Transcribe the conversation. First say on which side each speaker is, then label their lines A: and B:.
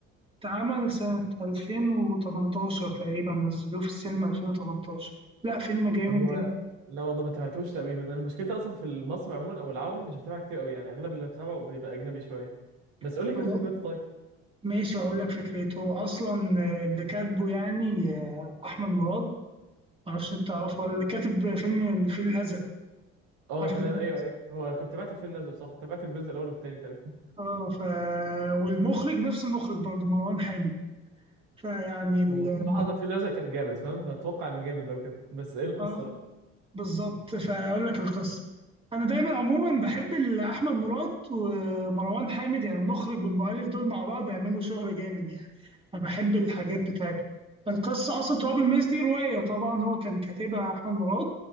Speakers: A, on the right; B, on the right.
A: اتعمل سنة 2018 تقريبا نزلوه في السينما 2018 لا فيلم جامد
B: هو
A: جدا
B: لا والله ما تابعتوش تقريبا انا مشكلتي اصلا في المصري عموما او العربي مش بتابع كتير قوي يعني اغلب اللي بتابعه بيبقى اجنبي شويه بس قول
A: خلاص،
B: لي كده فكرته طيب
A: ماشي اقول لك فكرته اصلا آه، اللي كاتبه يعني آه، احمد مراد معرفش انت تعرفه ولا لا، اللي كاتب فيلم الفيل الازرق
B: اه
A: عارف
B: تمام
A: الفيل
B: ايوه
A: الأزرق؟
B: ايوه هو كنت تابعت الفيل الازرق صح تابعت الجزء الاول والثاني تقريبا
A: اه ف والمخرج نفس المخرج برضه مروان حامد فيعني ال...
B: <laughs> هو بصراحه طب الفيل الازرق كان جامد فاهم فاتوقع انه جامد لو كده بس ايه القصه
A: اه بالظبط فاقول لك القصه انا دايما عموما بحب ال- احمد مراد ومروان حامد يعني المخرج والمؤلف دول مع بعض بيعملوا شغل جامد يعني فبحب الحاجات بتاعتهم القصه اصلا تراب الماس دي روايه طبعا هو كان كاتبها احمد مراد